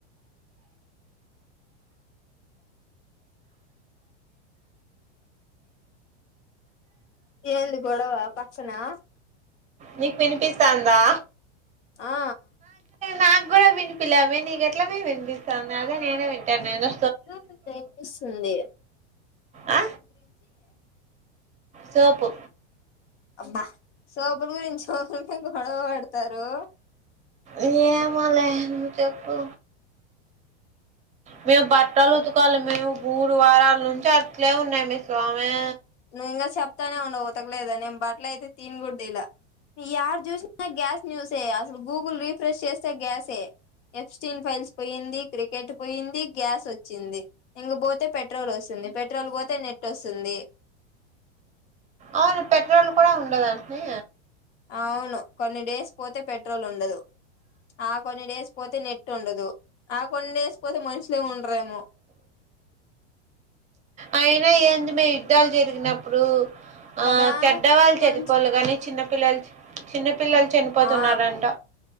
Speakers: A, on the left; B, on the right.
A: ఏంది గొడవ పక్కనా
B: నీకు పినిపిస్తాందా
A: ఆ
B: నాకూడా వినిపిలా మే నీకు ఎట్లమే వినిపిస్తాన్నది అదే నేను వింటానాను
A: ఏటో ఒక్కట వినిపిస్తుంది
B: ఆ సోపు
A: అబ్బా సోపుల గురించి ఒకరి గొడవ పడతారు
B: ఏమోలే నువ్వు చెప్పు మే బట్టలు ఉతకాలి మే బూరు వారాలా నుంచి అట్లే ఉన్నాయి మే స్వామే
A: నువ్వు ఇంగా చెప్తానే ఉండవు ఉతకలేదు అని నేను బట్టల అయితే తిన్ గూడా తిలే యాడ చూసినా గ్యాస్ న్యూసే అసలు గూగుల్ రీఫ్రెష్ చేస్తే గ్యాసే ఎఫ్స్టీల్ ఫైల్స్ పోయింది క్రికెట్ పోయింది గ్యాస్ వచ్చింది ఇంగ పోతే పెట్రోల్ వస్తుంది ది పెట్రోల్ పోతే నెట్ వస్తుంది
B: అవును పెట్రోల్ కూడా ఉండదంట నే
A: అవును కొన్ని డేస్ పోతే పెట్రోల్ ఉండదు ఆ కొన్ని డేస్ పోతే నెట్ ఉండదు ఆ కొన్ని డేస్ పోతే మనుషులే ఉండరేమో
B: అయినా ఏంది మే యుద్ధాలు జరిగినప్పుడు
A: కదా
B: ఆ చెడ్డవాళ్ళు
A: కొంచెం
B: చనిపోళ్ళ కాని చిన్నపిల్లలు చిన్న పిల్లలు చనిపోతున్నారంట
A: ఆ